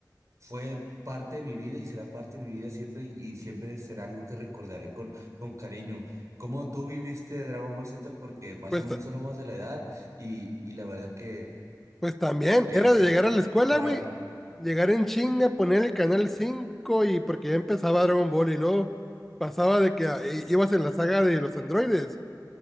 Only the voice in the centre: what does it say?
Pues,
ta-
pues también,
era
de llegar a la escuela,
güey. Llegar en chinga, poner el canal 5 y porque ya empezaba Dragon Ball y luego pasaba de que ah, i- ibas en la saga de los androides